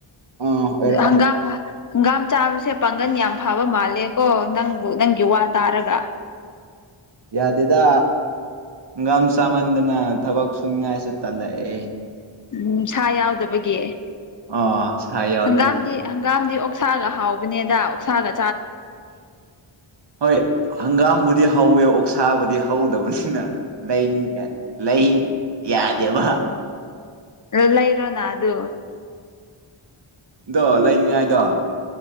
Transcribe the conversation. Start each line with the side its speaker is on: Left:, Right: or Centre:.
Right: ꯎꯝ ꯑꯣꯏꯔꯛꯑꯦ
Left: ꯍꯪꯒꯥꯝ ꯍꯪꯒꯥꯝ ꯆꯥꯕꯁꯦ ꯄꯥꯡꯒꯜ ꯌꯥꯝ ꯐꯕ ꯃꯥꯜꯂꯦꯀꯣ ꯅꯪꯕꯨ ꯅꯪꯒꯤ ꯋꯥ ꯇꯥꯔꯒ
Right: ꯌꯥꯗꯦꯗꯥ ꯉꯝꯁꯃꯗꯅ ꯊꯕꯛ ꯁꯟ ꯌꯥꯁꯨꯦ ꯇꯂꯑ
Left: ꯎꯝ ꯁꯥ ꯌꯥꯎꯗꯕꯒꯤ
Right: ꯑ ꯁꯥ ꯌꯥꯎꯗꯕꯒꯤ
Left: ꯍꯪꯒꯥꯝꯗꯤ ꯍꯪꯒꯥꯝꯗꯤ ꯑꯣ ꯎꯁꯥꯒ ꯍꯥꯎꯕꯅꯦꯗ ꯎꯁꯥꯒ
Right: ꯍꯣꯏ ꯍꯪꯒꯥꯝꯕꯨꯗꯤ ꯍꯧꯋꯦ ꯑꯣꯛꯁꯥꯕꯨꯗꯤ ꯍꯧꯗꯕꯅꯤ ꯂ ꯂ ꯌꯥꯗꯕ
Left: ꯂ ꯏꯔꯣ ꯅ ꯑꯗꯨ
Right: ꯗꯣ ꯂꯩꯅꯤꯉꯥꯏꯗꯣ